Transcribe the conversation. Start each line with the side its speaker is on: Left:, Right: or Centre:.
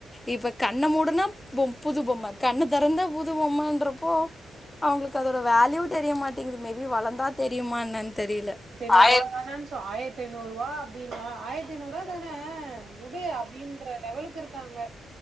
Left: இப்போ கண்ணை மூடனா பொம்ம புது பொம்ம கண்ண தரந்த புது பொம்மா என்ற ஓ அவுங்களுக்கு அதோட வேல்யூ தெரிய மாட்டேங்குது மேபி வளர்ந்தா தெரியும என்னான்னு தெரியல
Right: நூறுபா
Left: ஆயிரத்
Right: தானா அப்பிடின்னு ஆயிரத்திஐநூறுபா ஆயிரத்திநூறுபா தானே உடு அப்டின்ற லெவலுக்கு இருக்கு க்காங்க